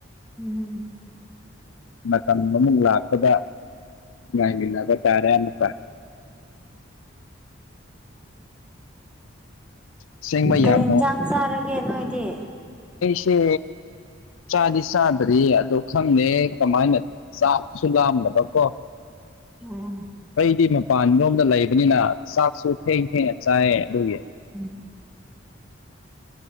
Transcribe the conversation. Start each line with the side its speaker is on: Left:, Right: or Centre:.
Centre: ꯎꯝ
Left: ꯃꯇꯝ ꯑꯃ ꯂꯥꯛꯄꯗ ꯉꯥꯏꯃꯤꯟꯅꯕ ꯇꯥꯔꯦ ꯑꯃꯨꯛꯀ ꯑꯁꯦꯡꯕ
Centre: ꯀꯩ
Left: ꯌꯥꯝ
Centre: ꯌꯦꯟꯁꯥꯡ ꯆꯥꯔꯒꯦ ꯅꯣꯏꯗꯤ
Left: ꯁꯦ ꯆꯥꯗꯤ ꯆꯥꯗ꯭ꯔꯤ ꯑꯗꯣ ꯈꯪꯗꯦ ꯀꯃꯥꯏꯅ ꯆꯥꯛꯁꯨ ꯂꯥꯝꯅꯕꯀꯣ
Centre: ꯎꯝ
Left: ꯑꯩꯗꯤ ꯃꯄꯥꯟ ꯂꯣꯝꯗ ꯂꯩꯕꯅꯤꯅ ꯆꯥꯛꯁꯨ ꯊꯦꯡ ꯊꯦꯡꯅ ꯆꯥꯏꯌꯦ ꯑꯗꯨꯒꯤ
Centre: <inaudible>